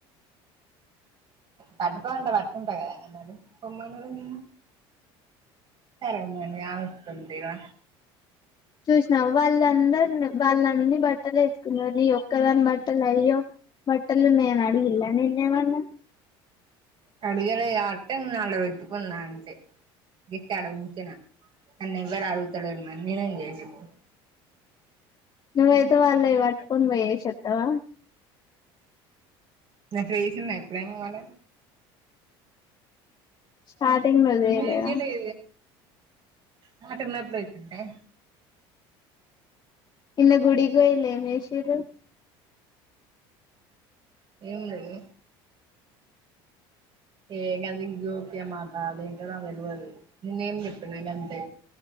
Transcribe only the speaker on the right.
పడుకో అంటే పడుకుంటా కదా పొమ్మంది కదా సరే మరి ఆవిడ ఉంటుంది గా
కడగాలే అంటే అందులో పెట్టుకున్నా అంతే ఇంకేడా ఊరికేనా నన్నెవరూ అడుగుతాలేదు నేనేం చేయను చెప్పు
<unintelligible> న ఫ్రేస్న్న్నా ఎప్పుడే పోాల
ఇన్న
ఇకలేే నాటింద ఎప్పుడుచ్చంటే <unintelligible>
ఏం లేదు <unintelligible> ఏ కద ఇం జ్యోతి అమాట అదేంటో నాకు తెలియదు నేన్న ఏం చెప్పినా గంతే